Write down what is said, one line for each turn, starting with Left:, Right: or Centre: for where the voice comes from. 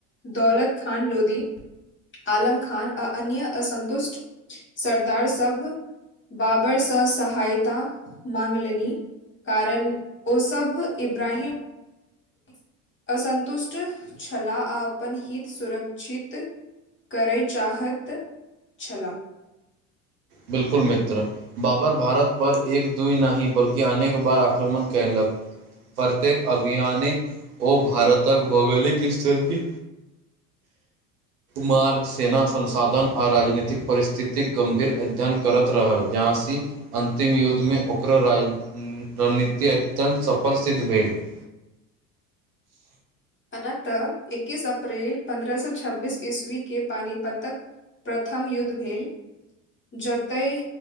Left: दौलत खान लोधी आलम खान आ अन्य असन्तुष्ट सरदार सब बाबर सँ सहायता माँग लनि कारण ओ सब इब्रहिम <inaudible> असन्तुष्ट छलाह आ अपन हित सुरक्षित करै चाहैत छला
Right: बिल्कुल मित्र बाबर भारत पर एक दूइ नहि बल्कि अनेक बार आक्रमण कयलक प्रत्येक अभियानिक ओ भारतक भौगोलिक स्थिति मार्ग सेना संसाधन आ राजनीतिक परिस्थिति गंभीर अध्ययन करैत रहल जहाँ सी अंतिम युद्धमे ओकरो राज्य रणनीति अत्यन्त सफल सिद्ध भेल <inaudible>
Left: अनतः ऐकिस अप्रैल पन्द्रह सौ छब्बीस ईस्वी के पानिपात क प्रथम युद्ध भेल जतए